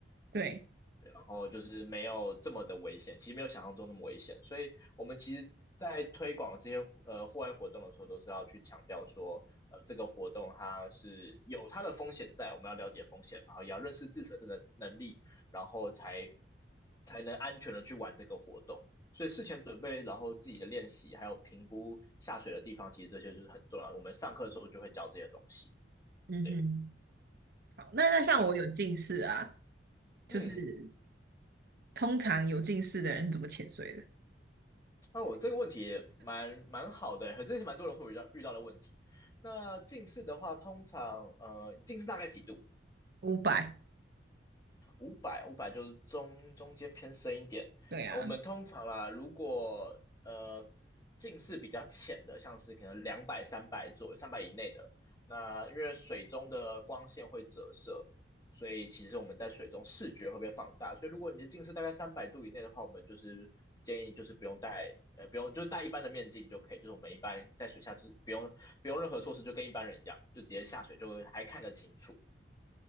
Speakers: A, on the right; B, on the left.
A: 对，
B: 然后就是没有这么的危险，其实没有想象中那么危险。所以我们其实在推广这些呃户外活动的时候，都是要去强调说，呃，这个活动它是有它的风险在，我们要了解风险，然后也要认识自身的能能力，然后才才能安全的去玩这个活动。所以事前准备，然后自己的练习，还有评估下水的地方，其实这些就是很重要的。我们上课的时候就会教这些东西。
A: 嗯哼。
B: 对
A: 好，那那像我有近视啊，
B: 对啊，
A: 就是
B: 嗯。
A: 通常有近视的人怎么潜水的？
B: 哦，我这个问题也蛮蛮好的欸，这也是蛮多人会遇到遇到的问题。那近视的话，通常呃，你近视大概几度？
A: 五百，
B: 五百五百就是中中间偏深一点。
A: 对啊，
B: 呃我们通常啦，如果呃近视比较浅的，像是可能两百、三百左右、三百以内的，那因为水中的光线会折射，所以其实我们在水中视觉会被放大。所以如果你的近视大概三百度以内的话，我们就是建议就是不用戴。呃，不用，就是戴一般的面镜就可以，就是我们一般在水下就是不用不用任何措施，就跟一般人一样，就直接下水就还看得清楚。